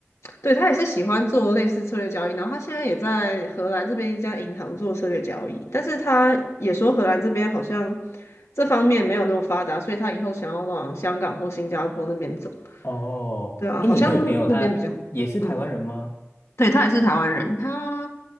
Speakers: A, on the left (about 70°); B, on the left (about 85°).
A: 对，他也是喜欢做类似策略交易，然后他现在也在荷兰这边一家银行做策略交易，但是他也说荷兰这边好像这方面没有那么发达，所以他以后想要往香港或新加坡那边走，
B: 哦，
A: 对啊，
B: 哎，
A: 好像那边比较，
B: 你那个朋友他也是台湾人吗？
A: 嗯。对，他也是台湾人，他